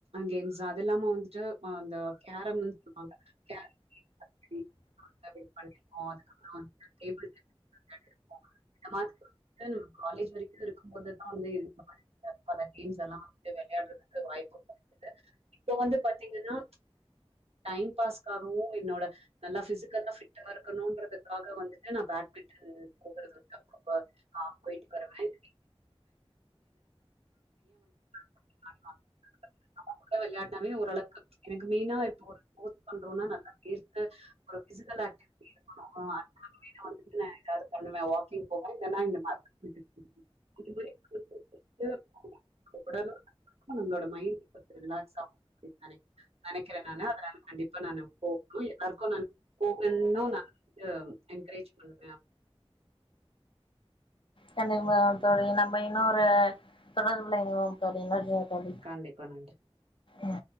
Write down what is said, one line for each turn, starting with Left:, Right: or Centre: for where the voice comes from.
Right: கேம்ஸ் அது இல்லாம வந்துட்டு அந்த கேம்ப் <unintelligible> சொல்லுவாங்க <unintelligible> <unintelligible> பண்ணிருக்கோம் அதுக்கப்றோ <unintelligible> காலேஜ் வரைக்கும் இருக்கும்போது நா வந்து இருக்கு பல டீம்ஸ்லா விளையாடுறதுக்கு வாய்ப்பும் இருக்குது இப்போ வந்து பாத்தீங்கன்னா டைம் பாஸ்காகவும் என்னோட நல்லா பிசிக்கல்லா ஃபிட்டா இருக்கணும்ன்றதுக்காக வந்துட்டு நான் பேட்மிட்டன் போகுறது உண் அப்பப்ப ஆ போயிட்டு வருவேன் <unintelligible> அவன் கூட விளையானாவே ஓரளவுக்கு எனக்கு மெயினா ஒர்தர் ஓத் பண்றோம்னா நல்லா கேட்டு ஒரு பிசிக்கல் ஆக்டிவி இருக்கணும் அதுக்காகவே நான் வந்துட்டு நான் ஏதாது பண்ணுவேன் வாக்கிங் போவேன் இல்லனா இந்த மார்கட் <unintelligible> அ நம்மோட மைண்ட்ப்ப ரிலாக்ஸ் ஆக நினைக்கிறேன் அனால அதனால கண்டிப்பா நானு போகணும் எல்லாருக்கும் ந போகும் ந து என்கரேஜ் பண்ணுவே
Left: கண்டிப்பா தோழி நம்ம இன்னொரு தொடர்புல இனைவோம் தோழி நன்றிங்க தோழி
Right: கண்டிப்பா நன்றி
Left: ம்